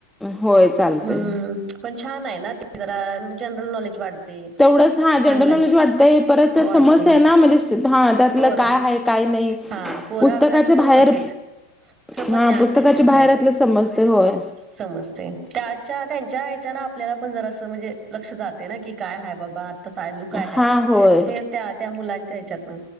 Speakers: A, in the centre; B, on the right.
A: होय चालतय
B: हम्म पण छान आहे ना ते जरा जनरल नॉलेज वाढ ते
A: तेवढंच हा जनरल
B: चांगलं
A: नॉलेज
B: आहे
A: वाटतंय परत
B: वाढतंय.
A: समजतय ना म्हणजे हा त्यातलं
B: पोरं
A: काय आहे काय नाही
B: हा पोरं
A: पुस्तकाच्या
B: अभ्यासू पण
A: बाहेर
B: होतेत. च
A: हा
B: पण ज्ञान
A: पुस्तकाच्या
B: मिळतंय होय
A: बाहेरातलं समजते होय
B: समजतंय त्याच्या त्यांच्या ह्याच्यानं आप आपल्याला पण जरासं म्हणजे लक्ष जातंय ना की काय हाय बाबा आता चायलू काय हाय.
A: हा होय
B: ते त्या त्या मुलांच्या ह्याच्यातनं